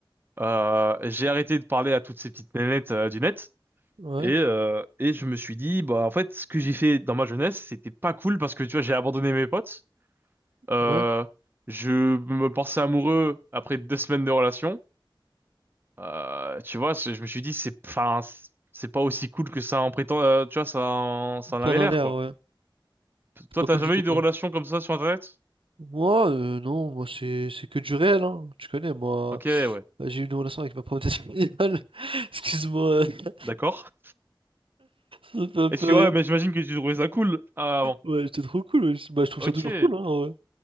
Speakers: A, on the right; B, on the right.
A: Euh, j'ai arrêté de parler à toutes ces petites nénettes euh, du net.
B: Ouais,
A: Et, euh, et je me suis dit, bah en fait, ce que j'ai fait dans ma jeunesse, c'était pas cool parce que tu vois, j'ai abandonné mes potes. Euh,
B: ouais.
A: je me pensais amoureux après deux semaines de relation. Euh, tu vois, c'est- je me suis dit, c'est, enfin, c'est pas aussi cool que ça en prétend. euh, tu vois, ça, en- ça en
B: T'en
A: avait
B: as
A: l'air
B: l'air,
A: quoi.
B: ouais. C'est
A: Toi,
B: pas
A: t'as
B: cool
A: jamais
B: du tout,
A: eu
B: quoi.
A: de relation comme ça sur Internet?
B: Moi, euh, non, moi c'est c'est que du réel, hein. Tu connais, moi.
A: Ok, ouais,
B: Bah, j'ai eu une relation avec ma prof d'espagnol. <laughs> Excuse-moi, euh, <laughs>
A: d'accord.
B: ça me fait un peu
A: Et si,
B: rire.
A: ouais, mais j'imagine que tu trouvais ça cool Ah, bon.
B: Ouais, c'était trop cool. ouais. Bah, je trouve
A: Ok.
B: ça toujours cool, hein, en vrai.